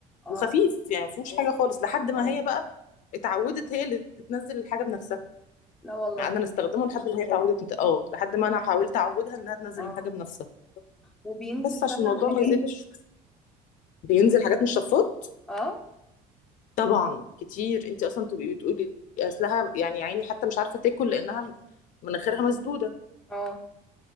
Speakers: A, in the centre; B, on the left (about 50°).
A: اه
B: وخفيف يعني ما فيهوش حاجة خالص لحد ما
A: اه
B: هي بقى اتعودت هي اللي تنزل الحاجة بنفسها
A: لا والله
B: قعدنا نستخدمه لحد ما هي اتعودت اه لحد ما انا حاولت اعودها انها تنزل
A: اه
B: الحاجة بنفسها
A: وبينزل
B: بس عشان
A: فعلا
B: الموضوع
A: حاجات
B: ما يزيدش بينزل حاجات من الشفاط
A: اه
B: طبعا كتير انت اصلا تبقي بتقولي اصلها يعني يا عيني حتى مش عارفه تاكل لانها مناخيرها مسدوده
A: اه